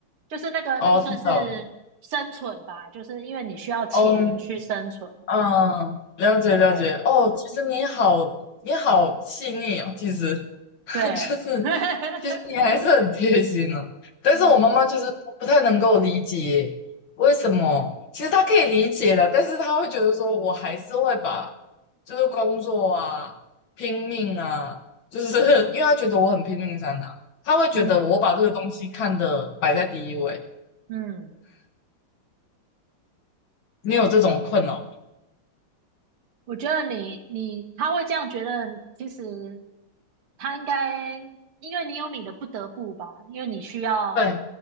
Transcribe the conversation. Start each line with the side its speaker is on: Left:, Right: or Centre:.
Right: 就是那个那个算是生存吧，
Left: 哦，知道了。
Right: 就是因为你需要钱去生存，
Left: 哦嗯，嗯了解了解。
Right: 对
Left: 哦，其实你好，你好细腻哦，其实 <laughs>
Right: 对，
Left: 就是
Right: <laughs>
Left: 其实你还是很贴心啊，但是我妈妈就是不不太能够理解为什么。
Right: 嗯
Left: 其实她可以理解的，但是她会觉得说，我还是会把就是工作啊、拼命啊，就是 <laughs> 因为她觉得我很拼命在哪，她会觉得我把这个东西看的摆在第一位。
Right: 嗯嗯，
Left: 你有这种困扰吗？
Right: 有，我觉得你你他会这样觉得，其实他应该因为你有你的不得不吧，因为你需要，
Left: 对